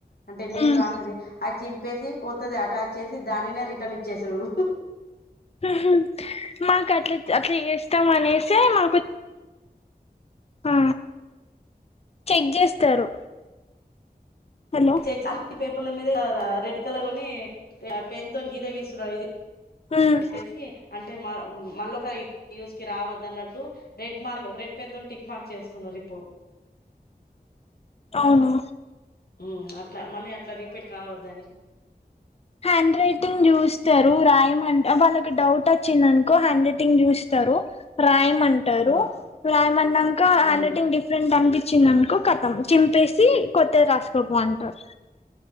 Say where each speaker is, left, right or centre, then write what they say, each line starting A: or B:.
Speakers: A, on the left; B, on the left.
A: అంటే నేమ్
B: మ్మ్
A: రాసది అది చింపేసి వది అటాచ్ చేసి దానినే రిటర్న్ ఇచ్చేసేది
B: ఉమ్ హు మాకు అట్లా అట్లా ఎస్తాం అనేసే మాకు ఆ చెక్ చేస్తారు హలో
A: చెక్స్ అన్ని పేపర్ల మీద రెడ్ కలర్ తోని పెన్ తోనీ గీత గీస్తున్నా ఇది
B: ఉమ్
A: పెట్టేసి అంటే మ మళ్ళ యూజ్ కి రావద్దదున్నట్టు రెడ్ మార్క్ రెడ్ పెన్ తో టిక్ మార్క్ చేస్తున్నారు ఇప్పుడు
B: అవును
A: ఉమ్ అట్లా మళ్ళీ అట్లా రిపీట్ కావద్దని
B: హ్యాండ్ రైటింగ్ చూస్తారు రాయమంట వాళ్ళకి డౌట్ వచ్చిందనుకో హ్యాండ్ రైటింగ్ చూస్ తరు రాయిమంటారు
A: ఆ
B: రాయిమన్నంక హ్యాండ్
A: ఉమ్
B: రైటింగ్ డిఫరెంట్ అనిపించిందినుకో కతం చిమ్ ప్పేసి కొత్తది రాసుకోపో అంటరు